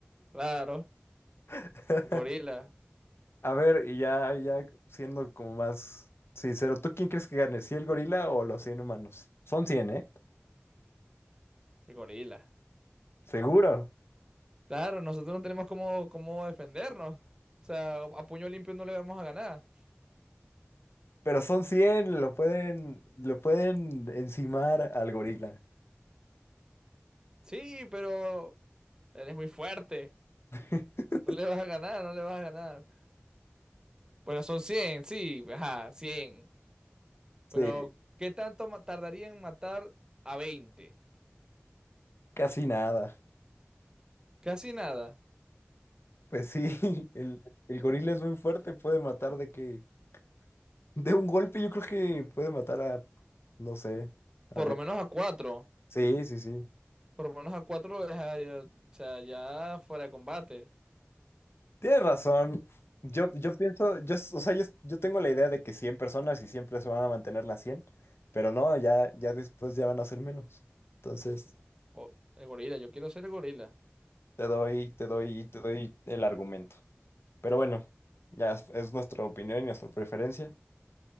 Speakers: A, on the right; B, on the left.
A: Claro,
B: <laughs>
A: el gorila,
B: A ver, y ya, ya siendo como más sincero, ¿tú quién crees que gane? ¿Si el gorila o los 100 humanos? Son 100, ¿eh?
A: el gorila.
B: Seguro.
A: Claro, nosotros no tenemos cómo, cómo defendernos. O sea, a puño limpio no le vamos a ganar.
B: Pero son 100, lo pueden, lo pueden encimar al gorila.
A: Sí, pero él es muy fuerte.
B: <laughs>
A: No le vas a ganar, no le vas a ganar. Bueno, son 100, sí, ajá, 100.
B: Sí,
A: Pero, ¿qué tanto ma- tardaría en matar a 20?
B: casi nada.
A: Casi nada.
B: Pues sí, <laughs> el, el gorila es muy fuerte, puede matar de que De un golpe yo creo que puede matar a, no sé, a
A: Por
B: ver.
A: lo menos a 4.
B: Sí, sí, sí.
A: Por lo menos a cuatro lo deja, ya- o sea, ya fuera de combate.
B: Tienes razón. Yo, yo pienso, yo, s- o sea, yo, yo tengo la idea de que 100 personas y siempre se van a mantener las 100 pero no, ya, ya después ya van a ser menos. Entonces,
A: Oh, el gorila, yo quiero ser el gorila.
B: te doy, te doy, te doy el argumento. Pero bueno, ya es, es nuestra opinión y nuestra preferencia.